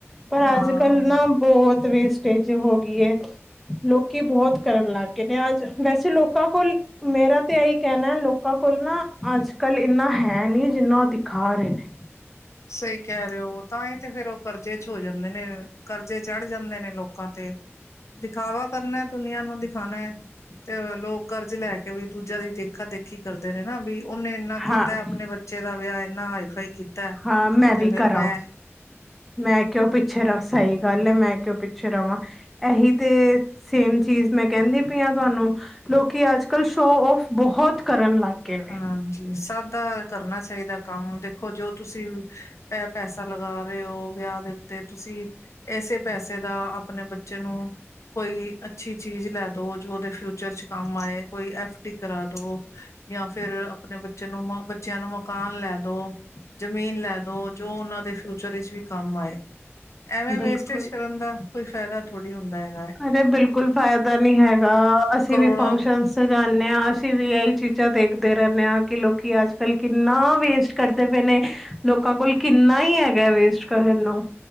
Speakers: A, in the centre; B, on the left.
A: ਪਰ
B: ਹਾਂ।
A: ਅੱਜ- ਕਲ ਨਾ ਬਹੁਤ ਵੇਸਟੇਜ ਹੋ ਗਈ ਲੋਕੀ ਬਹੁਤ ਕਰਨ ਲੱਗ ਗਏ ਨੇ ਅੱਜ, ਵੈਸੇ ਲੋਕਾਂ ਕੋਲ ਮੇਰਾ ਤਾਂ ਇਹੀ ਕਹਿਣਾ ਲੋਕਾਂ ਕੋਲ ਨਾ ਅੱਜ -ਕੱਲ ਇੰਨਾ ਹੈ ਨਹੀਂ, ਜਿੰਨਾ ਉਹ ਦਿਖਾ ਰਹੇ ਨੇ
B: ਸਹੀ ਕਹਿ ਰਹੇ ਹੋ, ਤਾਂ ਹੀ ਤੇ ਫੇਰ ਉਹ ਕਰਜ਼ੇ'ਚ ਹੋ ਜਾਂਦੇ ਨੇ, ਕਰਜ਼ੇ ਚੜ ਜਾਂਦੇ ਨੇ ਲੋਕ ਲੋਕਾਂ ਤੇ ਦਿਖਾਵਾ ਕਰਨਾ ਦੁਨੀਆਂ ਨੂੰ ਦਿਖਾਣਾ ਹੈ, ਤੇ ਲੋਕ ਕਰਜ਼ ਲੈਕੇ ਵੀ ਦੂਜਿਆ ਦੀ ਦੇਖਾ-ਦੇਖੀ ਕਰਦੇ ਨੇ, ਨਾ ਵੀ ਉਹਨੇ ਇੰਨਾ
A: ਹਾਂ-ਹਾਂ-ਹਾਂ
B: ਕੀਤਾ, ਆਪਣੇ ਬੱਚੇ ਦਾ ਵਿਆਹ ਇਨਾ ਹਾਈਫਾਈ ਕੀਤਾ।
A: ਹਾਂ, ਮੈਂ
B: ਤੇ
A: ਵੀ
B: ਫੇਰ
A: ਕਰਾਂ,
B: ਮੈਂ
A: ਮੈਂ ਕਿਉਂ, ਪਿੱਛੇ ਰ ਸ ਹੀ ਗੱਲ ਹੈ ਮੈਂ ਕਿਉ ਪਿੱਛੇ ਰਵਾਂ, ਇਹੀ ਤੇ ਸੇਮ ਚੀਜ਼ ਮੈਂ ਕਹਿੰਦੀ ਪਈ ਹਾਂ, ਤੁਹਾਨੂੰ। ਲੋਕੀ ਅੱਜ-ਕੱਲ ਸ਼ੋ-ਓਫ ਬਹੁਤ ਕਰਨ ਲੱਗ ਗਏ ਨੇ
B: ਹਾਂਜੀ, ਸਭ ਦਾ ਕਰਨਾ ਚਾਹੀਦਾ ਕੰਮ, ਦੇਖੋ ਜੋ ਤੁਸੀਂ ਐ ਪੈਸਾ ਲਗਾ ਰਹੇ ਹੋ, ਵਿਆਹ ਦੇ ਉੱਤੇ ਤੁਸੀਂ ਐਸੇ ਪੈਸੇ ਦਾ ਆਪਣੇ ਬੱਚੇ ਨੂੰ, ਕੋਈ ਅੱਛੀ ਚੀਜ਼ ਲੈਦੋ, ਜੋ ਉਹਦੇ ਫਿਊਚਰ 'ਚ ਕੰਮ ਆਏ, ਕੋਈ ਐਫਡੀ ਕਰਾਦੋ ਜਾਂ ਫਿਰ ਆਪਣੇ ਬੱਚੇ ਨੂੰ ਬੱਚਿਆਂ ਨੂੰ ਮਕਾਨ ਲੈ ਦੋ ਜ਼ਮੀਨ ਲੈ ਦੋ ਜੋ ਉਹਨਾਂ ਦੇ ਫਿਊਚਰ ਵਿੱਚ ਵੀ ਕੰਮ ਆਏ, ਐਵੇਂ
A: ਬਿਲਕੁਲ
B: ਵੇਸਟੇਜ ਕਰ ਕਰਨ ਦਾ, ਕੋਈ ਫਾਇਦਾ ਥੋੜੀ ਹੁੰਦਾ ਹੈ
A: ਅਰੇ ਬਿਲਕੁਲ ਫ਼ਾਇਦਾ ਨਹੀਂ ਹੈਗਾ, ਅਸੀਂ
B: ਕਰੋੜੋ
A: ਵੀ ਫੰਕਸ਼ਨ ਸਜਾਉਂਦੇ ਹਾਂ ਅਸੀਂ ਵੀ ਇਹੀ ਚੀਜ਼ਾਂ ਦੇਖਦੇ ਰਹਿੰਦੇ ਹਾਂ ਕਿ ਲੋਕ ਕਿ ਅੱਜ -ਕੱਲ ਕਿੰਨਾ ਵੇਸਟ ਕਰਦੇ ਪਏ ਨੇ ਲੋਕਾਂ ਕੋਲ ਕਿੰਨਾ ਹੀ ਹੈਗਾ ਵੇਸਟ ਕਰਨ ਨੂੰ